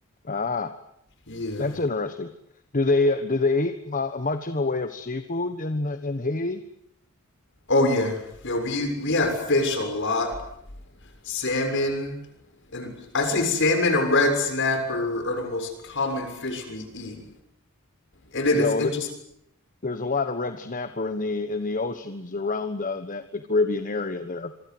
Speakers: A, on the left; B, on the left.
A: Ah.
B: Yeah.
A: That's interesting. Do they uh, do they eat mu much in the way of seafood in uh, in Haiti?
B: Oh yeah. Yeah. We we have fish a lot, salmon, and I say salmon and red snapper are the most common fish we eat. And then
A: You
B: it's
A: know,
B: interesting.
A: th there's a lot of red snapper in the in the oceans around uh, that the Caribbean area there.